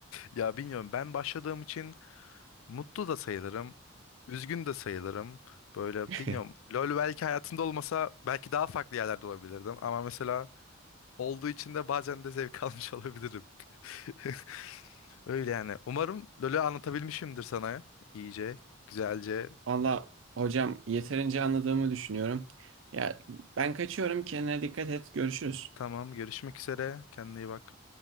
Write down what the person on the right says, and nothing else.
<laughs>
Valla hocam yeterince anladığımı düşünüyorum. Ya ben kaçıyorum kendine dikkat et görüşürüz.